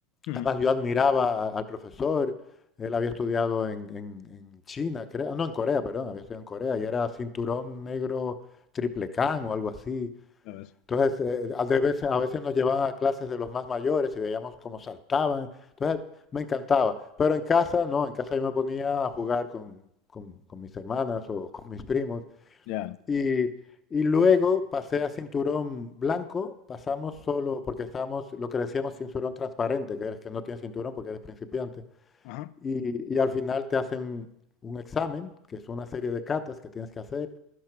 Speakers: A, on the left; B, on the left.
A: Ujú.
B: Además, yo admiraba al profesor, él había estudiado en, en- en China, creo, no, en Corea, perdón, había estudiado en Corea y era
A: Ajá.
B: cinturón negro triple can o algo así.
A: Ya ves.
B: Entonces, eh, a de veces, a veces nos llevaban a clases de los más mayores y veíamos cómo saltaban. Entonces, me encantaba. Pero en casa, no, en casa yo me ponía a jugar con, con- con mis hermanas o con mis primos
A: Ya.
B: y, y luego pasé a cinturón blanco, pasamos solo, porque estábamos, lo que decíamos, cinturón transparente, que eres que no tienes cinturón porque eres principiante.
A: Ajá.
B: Y, y al final te hacen un examen, que es una serie de catas que tienes que hacer,